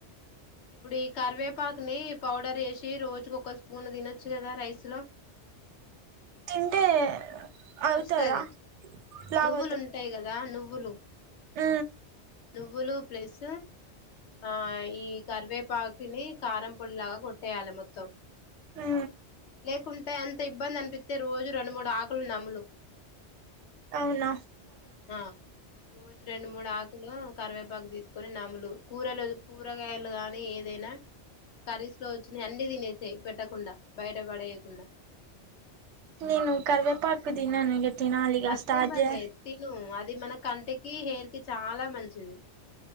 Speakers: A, on the left; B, on the right.
A: ఇప్పుడు ఈ కరివేపాకుని పౌడర్ వేసి రోజుకు ఒక స్పూన్ తినొచ్చు కదా రైస్ లో
B: తింటే అవుతదా
A: వస్తది
B: లావు
A: నువ్వులు ఉంటాయి కదా నువ్వులు
B: ఉ
A: నువ్వులు ప్లేస్ ఆ ఈ కరివేపాకుని కారం పొడిలాగ కొట్టేయాలి మొత్తం
B: ఆ
A: లేకుంటే అంత ఇబ్బంది అనిపిస్తే రోజు రెండు మూడు ఆకులు నములు
B: అవున
A: ఆ రోజు రెండు మూడు ఆ కరివేపాకు తీసుకొని నములు కూరలు కూరగాయలు గానీ ఏదైనా కరీస్ లో వచ్చింది అన్ని తినేసేయి పెట్టకుండా బయట పడేయకుండా
B: నేను కరివేపాకు <unintelligible>
A: అదే
B: స్టార్ట్
A: మరే
B: చేయ
A: తిను అది మన కంటికి హెయిర్కి చాలా మంచిది